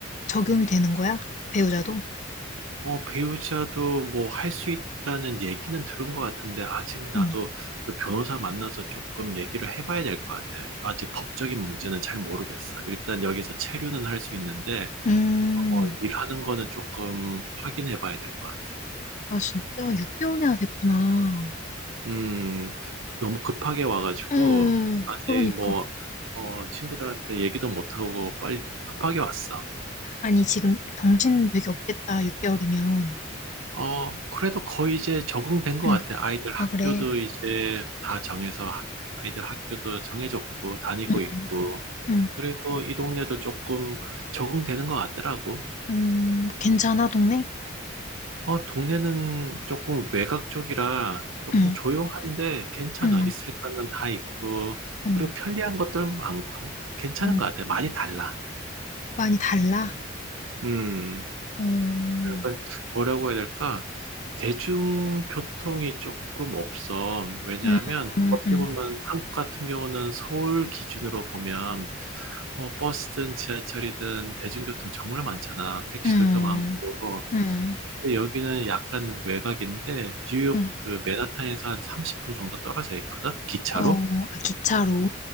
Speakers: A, on the left; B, on the right.
A: 적용이 되는 거야? 배우자도?
B: 어, 배우자도 뭐 할 수 있다는 얘기는 들은 것 같은데, 아직 나도
A: 응.
B: 그 변호사 만나서 조금 얘기를 해봐야 될 것 같아. 아직 법적인 문제는 잘 모르겠어. 일단 여기서 체류는 할 수 있는데,
A: 음,
B: 어, 일하는 거는 조금 확인해봐야 될 것 같아.
A: 아, 진짜? 6개월이나 됐구나.
B: 음, 너무 급하게 와가지고,
A: 응,
B: 아직
A: 그러니까.
B: 뭐, 어, 친구들한테 얘기도 못하고 빨리 급하게 왔어.
A: 아니, 지금 정신 되게 없겠다, 6개월이면.
B: 어, 그래도 거의 이제 적응된 것
A: 응.
B: 같아. 아이들 학교도
A: 아, 그래.
B: 이제 다 정해서 학- 아이들 학교도 정해졌고, 다니고
A: 응,
B: 있고,
A: 응.
B: 그리고 이 동네도 조금 적응되는 것 같더라고.
A: 음, 괜찮아, 동네?
B: 어, 동네는 조금 외곽 쪽이라 조금
A: 응.
B: 조용한데 괜찮아.
A: 응.
B: 있을 거는 다 있고,
A: 음.
B: 그리고 편리한 것들 많고, 괜찮은
A: 어.
B: 것 같아. 많이 달라.
A: 많이 달라?
B: 음.
A: 응 음.
B: 약간 뭐라고 해야 될까? 대중교통이 조금 없어. 왜냐하면
A: 음.
B: 어떻게
A: 음.
B: 보면 한국 같은 경우는 서울 기준으로 보면 뭐 버스든 지하철이든 대중교통 정말 많잖아. 택시들도
A: 음.
B: 많고.
A: 음.
B: 근데 여기는 약간 외곽인데 뉴욕
A: 음.
B: 그 맨하탄에서 한 30분 정도 떨어져 있거든. 기차로.
A: 어. 아 기차로?